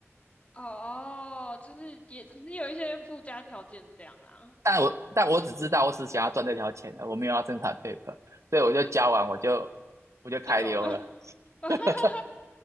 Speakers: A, on the left (about 25°); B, on the right (about 85°).
A: 哦，就是也其实有一些附加条件这样啦。
B: 但我但我只知道我只想要赚这条钱，
A: 嗯
B: 我没有要生产 paper，所以我就交完我就我就开溜了。
A: 嗯，就走了。<laughs>
B: <laughs>